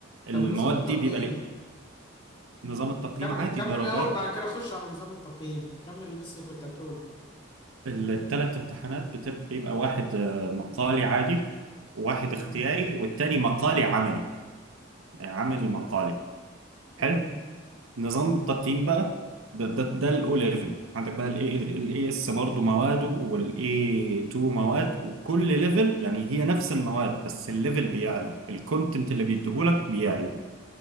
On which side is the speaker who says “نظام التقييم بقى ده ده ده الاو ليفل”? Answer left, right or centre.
Right